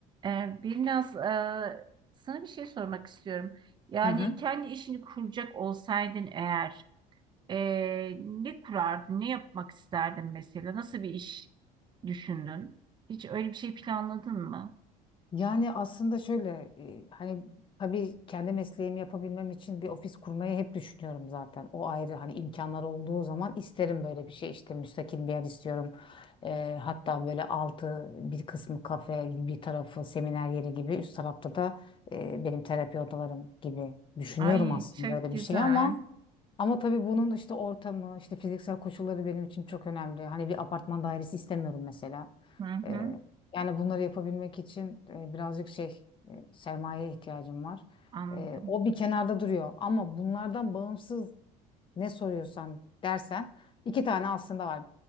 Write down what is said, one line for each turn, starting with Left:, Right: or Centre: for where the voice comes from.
Right: Ee, biraz e, sana bir şey sormak istiyorum. Yani
Left: Hı hı.
Right: kendi işini kuracak olsaydın eğer e, ne kurardın, ne yapmak isterdin mesela? Nasıl bir iş düşündün? Hiç öyle bir şey planladın mı?
Left: Yani aslında şöyle e, hani tabii kendi mesleğimi yapabilmem için bir ofis kurmayı hep düşünüyorum zaten. O ayrı hani imkanlar olduğu zaman isterim böyle bir şey işte müstakil bir yer istiyorum. E, hatta böyle altı bir kısmı kafe bir tarafı seminer yeri gibi üst tarafta da e, benim terapi odalarım gibi düşünüyorum
Right: Ay
Left: aslında
Right: çok
Left: öyle
Right: güzel.
Left: bir şey ama Ama tabii bunun işte ortamı, işte fiziksel koşulları benim için çok önemli. Hani bir apartman dairesi istemiyorum mesela.
Right: Hı
Left: Ee,
Right: hı,
Left: yani bunları yapabilmek için e, birazcık şey e, sermayeye ihtiyacım var.
Right: anladım.
Left: Ee, o bir kenarda duruyor. Ama bunlardan bağımsız ne soruyorsan dersen iki tane aslında var.